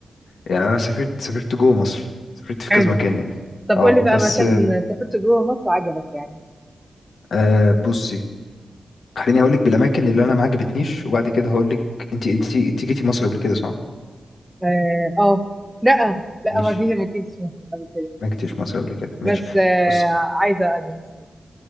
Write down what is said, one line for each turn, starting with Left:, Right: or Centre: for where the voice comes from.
Left: يعني أنا سافرت سافرت جوه مصر سافرت في
Centre: حلو
Left: كذا مكان يعني
Centre: طب
Left: اه
Centre: قول لي بقى
Left: بس
Centre: مكان سافرت جوه مصر عجبك يعني
Left: أه بصي خليني هقولك بالأماكن اللي أنا ما عجبتنيش وبعد كده هقولك أنت أنت أنت جيتي مصر قبل كده صح؟
Centre: اه آه. لا لا
Left: ماشي
Centre: ما جيت ما جيتش مصر قبل كده
Left: ما جيتيش مصر قبل كده ماشي
Centre: بس آه
Left: بصي
Centre: عايزه اجي مصر